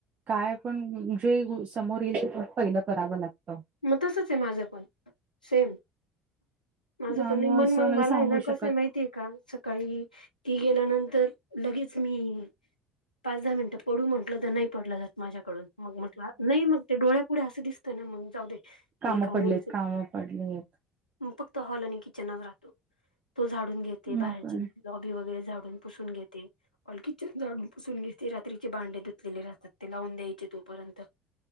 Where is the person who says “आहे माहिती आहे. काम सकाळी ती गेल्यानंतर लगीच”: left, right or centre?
Left